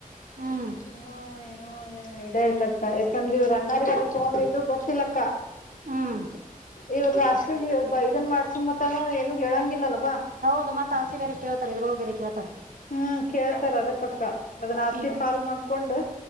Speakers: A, on the right; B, on the left.
A: ಹ್ಮ್
B: ಇನ್ನು ಏನೋ ಇಡ ಇಲ್ಲಕ್ಕ ಯಾಕಂದ್ರ ಇವರು ಅನ್ನಾರ ತಗೊಂಡಿದ್ದು ಗೊತ್ತಿಲ್ಲಕ್ಕ.
A: ಹ್ಮ್
B: ಇವದ ಅಷ್ಟ ಇದನ್ ಮಾಡ್ಸ ಮಾತ್ರಾನ ಏನ ಹೇಳಂಗಿಲ್ಲಲ್ಲ.
A: ಹೌದು ಮತ್ತ ಹಸಿ ಬರೆ ಕೇಳ್ತಾರೆ ಇದ್ರಳ ಬೇರೆ ಕೇಳ್ತಾರೆ.
B: ಹ್ಮ್ ಕೇಳ್ತಾರ ಅದಕ್ಕಕ್ಕ ಅದನ್ನ ಆಸ್ತಿ
A: ಹ್ಮ್
B: ಫಾಲ್ ಮಾಡ್ಕೊಂಡು.